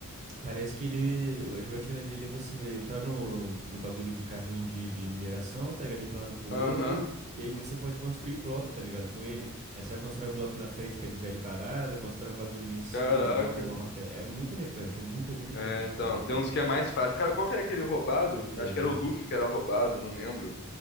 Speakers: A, on the right; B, on the left.
A: Parece que ele. A jogatina dele é você entrar no, no bagulho de carrinho de, de mineração, tá ligado? Ir pra um lado e pro outro.
B: Aham.
A: E aí você pode construir bloco, tá ligado? Com ele. Aí você vai constrói bloco na frente pra desviar de barada, constrói um bagulho ali em cima
B: Caraca.
A: e dá uma martela. É muita mecânica, é muita, muita
B: É,
A: mecânica
B: então,
A: pra jogar
B: tem
A: com ele.
B: uns que é mais fácil. Cara, qual que era aquele roubado?
A: Doideira,
B: Acho que era o Luffy
A: né?
B: que era roubado, não lembro.